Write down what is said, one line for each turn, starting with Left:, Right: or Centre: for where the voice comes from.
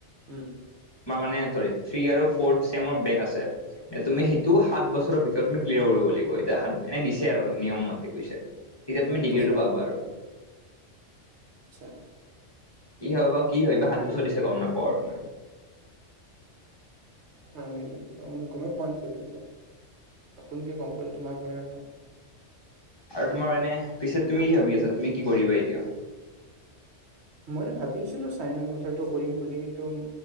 Right: উম
Left: তোমাৰ মানে ৰ্থি আৰু ফৰ্থ চেমৰ ব্ৰেক আছে তুমি
Right: উম
Left: সেইটো সাত বছৰৰ ভিতৰত তুমি ক্লিয়াৰ কৰিব লাগিব এতিয়া সাত এনে দিছে আৰু নিয়ম মতে কৈছে তেতিয়া
Right: সাত
Left: তুমি ডিগ্ৰীটো
Right: বছৰ
Left: পাবা আৰু।
Right: আচ্ছা।
Left: কি হব কি হয়বা সাত বছৰ দিছে গম নাপাওঁ আৰু মই
Right: হয় নেকি মই গমে পোৱা নাছিলো নতুনকে গম পালো তোমাৰ পৰা
Left: আৰু তোমাৰ এনে পিছে তুমি কি ভাবি আছা তুমি কি কৰিবা এতিয়া
Right: মই ভাবি আছিলো চাৰে ন বছৰটো কৰিম বুলি কিন্তু